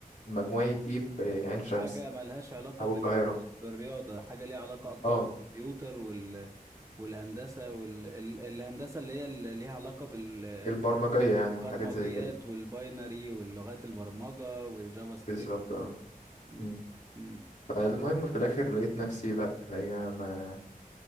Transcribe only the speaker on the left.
مجموعي يجيب عين شمس
او
القاهره
اه
البرمجية يعني
والحاجات زي كده
بالظبط اه
مم.
فالمهم في الاخر لقيت نفسي لا اللي هي ما